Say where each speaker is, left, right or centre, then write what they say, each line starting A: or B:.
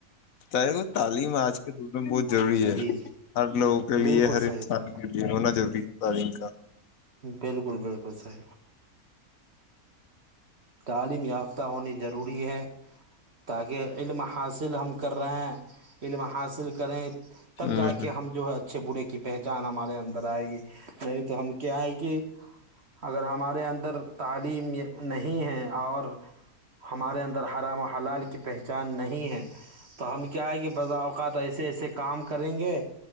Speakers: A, on the left; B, on the right.
A: ساہ کو تعلیم آج کے دور میں بہت ضروری ہے
B: جی جی
A: ہر لوگوں کے
B: بالکل
A: لیے ہر
B: صحیح
A: انسان
B: بات
A: کے یہ ہونا ضروری ہے تعلیم کا
B: بالکل بالکل صح تعلیم یافتہ ہونی ضروری ہے تاکہ علم حاصل ہم کر رہے ہیں علم حاصل کریں تو
A: کا
B: تب جا کے ہم جو ہے اچھے برھے کی پہچان ہمارے اندر آئے گی نہیں تو ہم کیا ہے کہ اگر ہمارے اندر تعلیم نہیں ہیں اور ہمارے اندر ہرام و حلال کی پہچان نہیں ہے تو ہم کیا ہے کہ بض اوقات ایسے ایسے کام کریں گے